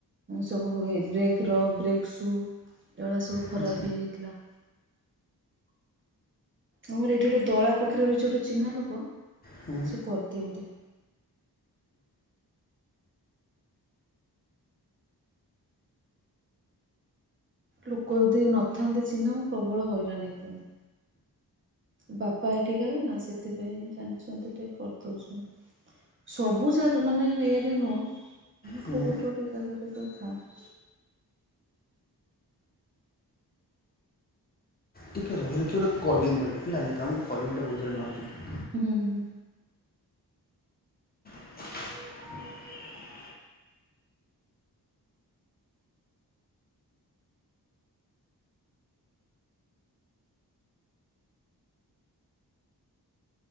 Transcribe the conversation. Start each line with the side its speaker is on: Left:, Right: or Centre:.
Right: ସବୁ ବ୍ରେକ ର ବ୍ରେକ୍ ସୁ ଏଗୁରା ସବୁ
Left: ହୁଁ
Right: ଖରାପ ହେଇଯାଇଥିଲା। ଆମର ଏଇଠି ଗୋଟେ ଦଳା ପାଖରେ ରହିଛି ଗୋଟେ ଚିହ୍ନା ଲୋକ
Left: ହୁଁ
Right: ସେ କରିଦିଅନ୍ତି। ଲୋକ ଯଦି ନଥାନ୍ତି ଚିହ୍ନା ମୁଁ ପ୍ରବଳ ହଇରାଣ ହେଇଥାନ୍ତି। ବାପା ଏଠିକାର ନା ସେଥିପାଇଁ ଜାଣିଛନ୍ତି ଟିକେ କରିଦଉଛନ୍ତି। ସବୁ ଜାଗା ମାନେ ଇରେ ନୁହଁ
Left: ହୁଁ
Right: କୋଉ ଗୋଟେ ଗୋଟେ ଜାଗାରେ ତ ଥାନ୍ତି।
Left: ଟିକଏ ରହିଲେଛ କିଏ ଗୋଟେ କଲିଙ୍ଗ ବେଲ୍ ଲାଇନ୍ ରେ ଥାଅ ମୁ କଲିଙ୍ଗଟା ବହୁତ୍ ଜୋର ମାରୁଛନ୍ତି।
Right: ହୁଁ ହୁଁ।
Left: <inaudible>